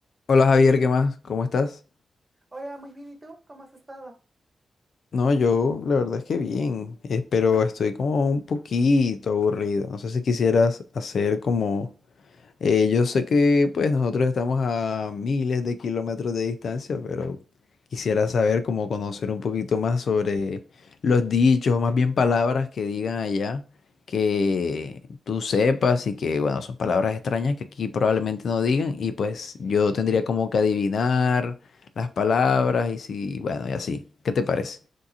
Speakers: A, on the left; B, on the right.
A: Hola Javier, ¿qué más? ¿Cómo estás?
B: Hola, muy bien, ¿y tú? ¿Cómo has estado?
A: No, yo la verdad es que bien, eh, pero estoy como un poquito aburrido. No sé si quisieras hacer como Eh, yo sé que pues nosotros estamos a miles de kilómetros de distancia, pero quisiera saber cómo conocer un poquito más sobre los dichos, o más bien palabras que digan allá, que tú sepas y que bueno, son palabras extrañas que aquí probablemente no digan y pues yo tendría como que adivinar las palabras y si, bueno, y así. ¿Qué te parece?